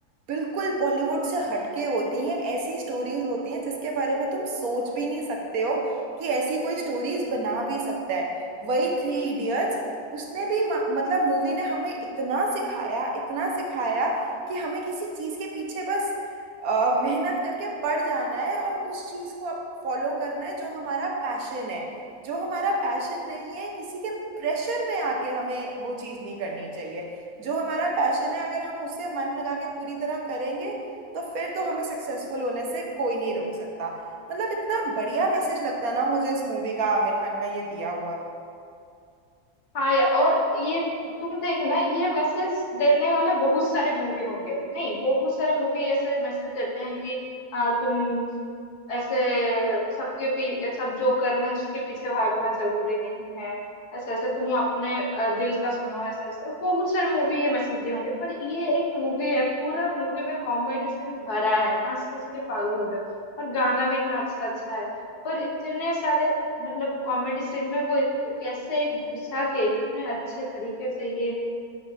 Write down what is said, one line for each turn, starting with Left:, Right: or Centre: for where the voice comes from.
Right: बिल्कुल बॉलीवुड से हटके होती हैं ऐसी स्टोरीज होती हैं जिसके बारे में तुम सोच भी नहीं सकते हो कि ऐसी कोई स्टोरीज बना भी सकता है वही थ्री इडियट्स उसने भी म- मतलब मूवी ने हमें इतना सिखाया इतना सिखाया कि हमें किसी चीज के पीछे बस अ, मेहनत करके पड़ जाना है और उस चीज को अब फॉलो करना है जो हमारा पैशन है जो हमारा पैशन नहीं है किसी के प्रेशर में आके हमें वो चीज़ नहीं करनी चाहिए जो हमारा पैशन है अगर हम उसे मन लगा के पूरी तरह करेंगे तो फिर तो हमें सक्सेसफुल होने से कोई नहीं रोक सकता मतलब इतना बढ़िया मैसेज लगता है ना मुझे इस मूवी का आमिर खान का ये दिया हुआ
Left: हाँ या- और ये तुम देखना ये मैसेज देने वाले बहुत सारे मूवी होंगे नहीं बहुत सारे मूवी ऐसे मैसेज देते हैं कि आ, तुम ऐसे सबके पी सब जो कर रहे हैं उसके पीछे भागना जरूरी नहीं है ऐसे ऐसे तुम अपने अ, दिल का सुनो ऐसा ऐसा बहुत सारी मूवी ये मैसेज दिए होंगे पर ये एक मूवी है पूरा मूवी में कॉमेडी सीन भरा है हंस हंस के पागल हो जाओ और गाना भी इतना अच्छा अच्छा है पर इतने सारे मतलब कॉमेडी सीन में वो इत- कैसे एक घुसा के इतने अच्छे तरीके से ये